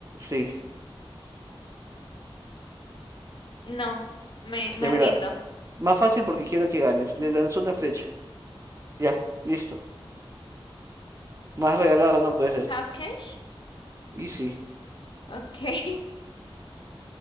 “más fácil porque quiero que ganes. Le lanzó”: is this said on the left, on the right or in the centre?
Right